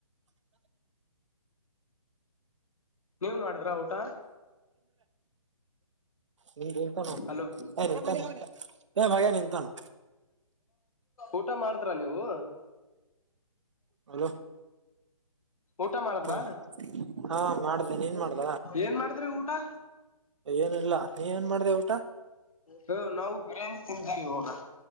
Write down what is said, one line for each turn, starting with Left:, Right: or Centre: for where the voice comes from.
Right: <unintelligible>
Left: ನೀವ್ ಮಾಡಿದ್ರ ಊಟ
Right: ನಿ ನಿಂತಾನ
Left: ಹಲೋ
Right: ಏ ನಿಂತಾನ ಏ ಭಯ ನಿಂತಾನು.
Left: ಊಟ ಮಾಡಿದ್ರ ನೀವು.
Right: ಹಲೋ.
Left: ಊಟ ಮಾಡಿದ್ರ
Right: ಹ್ಮ ಹಾ ಮಾಡ್ದ ನೀನ್ ಮಾಡ್ದ.
Left: ಏನ್ ಮಾಡಿದ್ರಿ ಊಟ
Right: ಏನ ಇಿಲ್ಲ ನೀ ಏನ್ ಮಾಡ್ದವು.
Left: ಹ ನಾವು ಬಿರಿಾನಿ ತಿಿಂದೇವಿ.